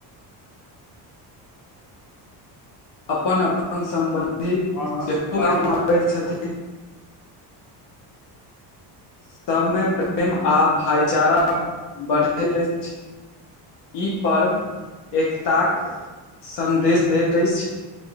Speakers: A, on the left; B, on the left.
A: अपन अपन सम्बन्धी
B: हँ हँ
A: सेहो
B: बाजू
A: गाम आबैत छथिन सब में प्रेम आ भाईचारा बढ़ैत अछि ई पर्व एक ताक संदेश दैत अछि